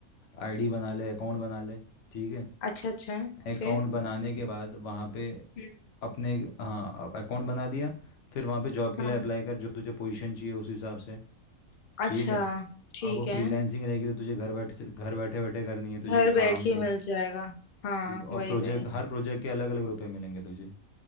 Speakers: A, on the left; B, on the left.
A: आईडी बना ले अकाउंट बना ले ठीक है
B: अच्छा अच्छा
A: अकाउंट
B: फिर
A: बनाने के बाद वहाँ पे
B: हम्म,
A: अपने हाँ अकाउंट बना दिया फिर वहाँ पे जॉब के
B: हाँ,
A: लिए अप्लाई कर जो तुझे पोजीशन चाहिए उस हिसाब से
B: अच्छा
A: ठीक है
B: ठीक
A: अब वो
B: है
A: फ्रीलांसिंग रहेगी तो तुझे घर बैठे से घर बैठे बैठे करनी है तुझे
B: घर
A: वो
B: बैठ
A: काम
B: के
A: देंगे
B: मिल जाएगा हाँ
A: ठीक है और
B: वही
A: प्रोजेक्ट
B: वही
A: हर प्रोजेक्ट के अलग अलग रुपए मिलेंगे तुझे